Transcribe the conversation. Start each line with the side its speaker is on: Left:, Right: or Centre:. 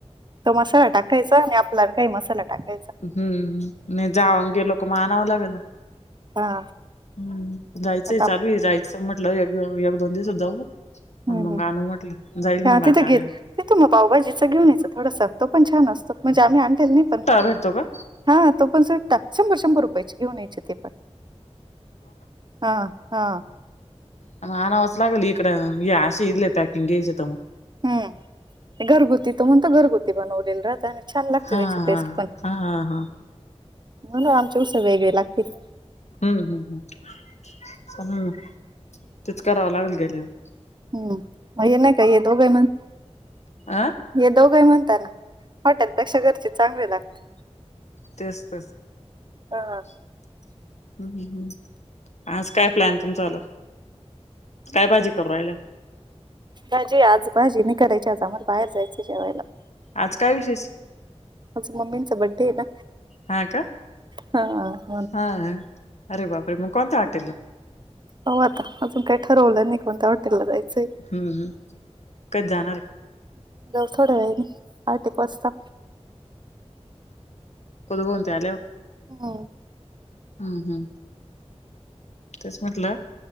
Right: तो मसाला टाकायचा आणि आपल्या काही मसाला टाकायचा.
Left: हम्म नाही जाऊन गेलो का म आणावं लागल ना.
Right: हा.
Left: हम्म जायचंय
Right: आता
Left: चालू आहे जायचं म्हटलं, एक एक दोन दिवसात जाऊन येऊ.
Right: हम्म
Left: आन मग
Right: हम्म
Left: गाणं म्हटलं. जाईल
Right: हा
Left: मग
Right: तिथे
Left: आता
Right: घेत.
Left: आणायला
Right: तिथं मग पावभाजीचं घेऊन यायचं. थोडसं असतं पण छान असतं, म्हणजे आम्ही आणलेलं नाही पण मग.
Left: भरतो का?
Right: हा तो पण सुटतात शंभर, शंभर रुपयायची घेऊन यायचे ते पण. हांं हां.
Left: हा आणावच लागल इकडं हे अशी इथली पॅकिंग घ्यायची तर म.
Right: हम्म. घरगुती तो म्हणतो, घरगुती बनवलेली राहत आणि छान लागते
Left: हा
Right: त्याची टेस्ट
Left: हा
Right: पण.
Left: हा हा हा
Right: म्हणून आमचं ऊस वेगळे लागतील.
Left: हम्म हम् हम. तेच करावं लागल गेल्यावर.
Right: हम्म मग हेंना काय हे दोघंही म्हण
Left: अ
Right: हे दोघंही म्हणता ना, हॉटेलपेक्षा घरची चांगले लागते.
Left: तेच तेच.
Right: हा.
Left: <inaudible> हम्म हम्म हम्म. आज काय प्लॅन तुमचवालं, काय भाजी करु राहिला?
Right: भाजी आज भाजी नाय करायची आज आम्हाला, बाहेर जायचंय जेवायला.
Left: आज काय विशेष?
Right: आज मम्मींचा बड्डे आहे ना.
Left: हा कां.
Right: ह..
Left: हा. अरे बापरे मग कोणता हॉटेलला?
Right: हो आता अजून काही ठरवलं नाही, कोणत्या हॉटेला जायचेय.
Left: हम्म हम्म कधी जाणार आहे
Right: जाऊ थोड्या वेळानी आठ एक वाजता.
Left: कोण कोणते आलं.
Right: हम्म.
Left: हम्म हम्म. तेच म्हटलं